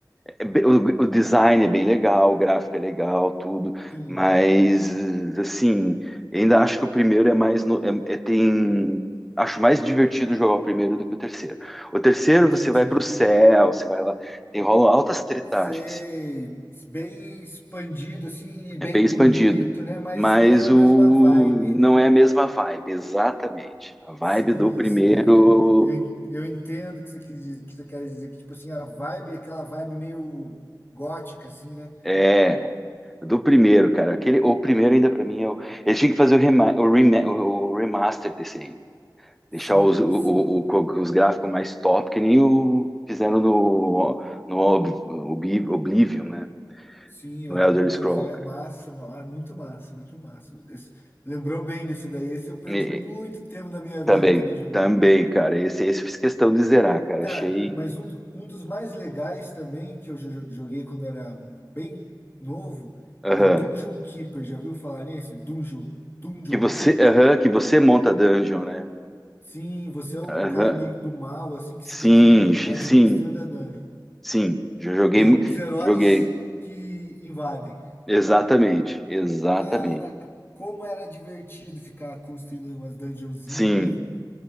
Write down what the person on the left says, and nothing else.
Sim,
entendi.
Ser
bem expandido, assim, e bem
bonito, né? Mas
não é a mesma
vibe,
né?
Sim,
eu,
eu, eu eu entendo que você quis, dizer- que você quer dizer que, tipo assim, a vibe, aquela vibe meio gótica, assim, né?
Sim,
sim,
sim, aham,
pois é,
massa, ma- muito massa, muito massa. Esse- lembrou bem desse daí, esse eu perdi
muito tempo da minha vida
também jogando.
Cara,
mas um, do- um dos mais legais também, que eu jo- joguei quando era bem novo,
é Dungeon Keeper, já viu falar nesse? Dungeon, Dungeon
Keeper?
Sim, você é um
cara meio do mal, assim, que
você tem que ir
administrando
a dungeon.
Deu
os heróis
que invadem.
Cara, como era divertido ficar construindo umas dungeonzinhas.